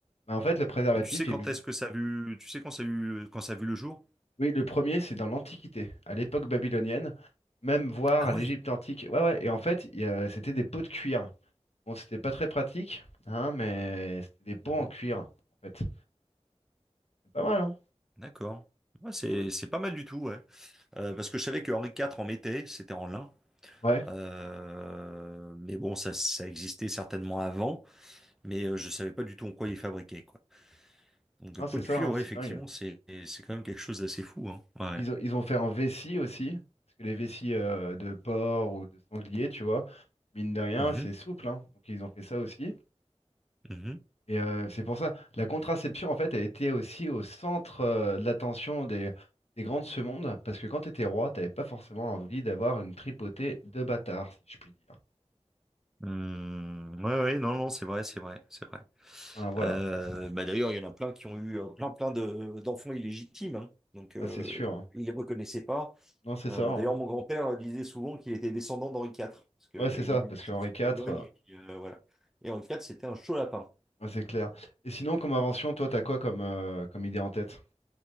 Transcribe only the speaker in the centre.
Et tu sais quand
est-ce que ça a vu, tu sais quand ça a vu, quand ça a vu le jour?
Ah
ouais.
Mhm.
D'accord. Ouais, c'est,
c'est pas mal du tout, ouais. Euh, parce que je savais que Henri IV en mettait, c'était en lin.
Euh, mais bon, ça, ça existait certainement avant, mais euh, je savais pas du tout en quoi il fabriquait, quoi. Donc,
euh, pot
de
cuir,
ouais,
effectivement,
c'est, c'est quand même quelque chose d'assez fou, hein. Ouais.
Mhm.
Mhm.
Hmm, ouais, ouais, non, non, c'est vrai, c'est vrai, c'est vrai.
Euh, bah d'ailleurs, il y en a plein qui ont eu euh, plein, plein de, d'enfants illégitimes, hein. donc euh,
ils les reconnaissaient pas.
Euh,
d'ailleurs, mon grand-père disait souvent qu'il était descendant d'Henri IV, parce qu'il
aimait
bien
chercher
en Bourgogne, et puis, euh, voilà. Et Henri IV, c'était un chaud lapin.